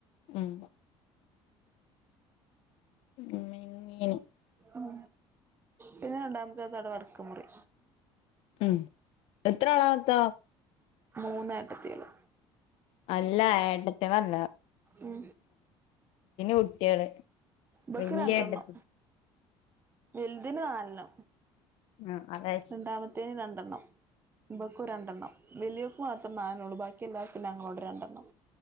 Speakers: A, on the left; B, on the right.
A: ഉം <unintelligible>
B: ഉം പിന്നെ രണ്ടാമത്തെതവടക്ക് മുറി
A: ഉം എത്ര ആളാവത്ത
B: മൂന്നേട്ടത്തികള്
A: അല്ല ഏട്ടത്തെ വല്ല
B: ഉം
A: കുട്ടിയാള്
B: ബക്ക്‌രണ്ടെണ്ണം
A: വല്യ ഏട്ടത്തി
B: വലുതിനി നാല് എണ്ണ
A: ആഹ് അതാ ചോയ്ച്ചെ
B: രണ്ടാമത്തേതിന് രണ്ട് <unintelligible> ഇവൾക്കും രണ്ടെണ്ണം വലിയ മാത്രം നാലെണ്ണം ഉള്ളൂ ബാക്കി എല്ലാവർക്കും ഞങ്ങളോട് രണ്ടെണ്ണം